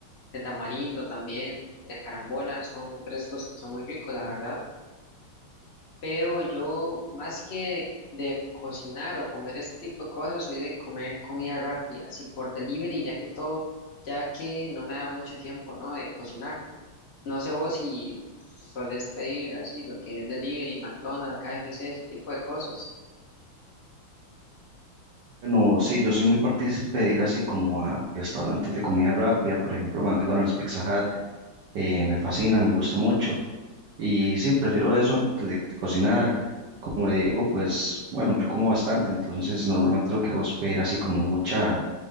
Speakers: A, on the left; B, on the right.
A: de tamarindo también, de carambola, son frescos que son muy ricos, la verdad. Pero yo, más que de cocinar o comer ese tipo de cosas, soy de comer comida rápida, así por delivery, ya que todo, ya que no me da mucho tiempo, ¿no? De cocinar. No sé vos si solés pedir así lo que es delivery, McDonald's, KFC, ese tipo de cosas.
B: Bueno, sí, yo soy muy partícipe de ir así como a restaurantes de comida rápida, por ejemplo, McDonald's, Pizza Hut, eh, me fascinan, me gusta mucho. Y sí, prefiero eso antes de que cocinar. Como le digo, pues bueno, yo como bastante, entonces normalmente lo que hago es pedir así como mucha,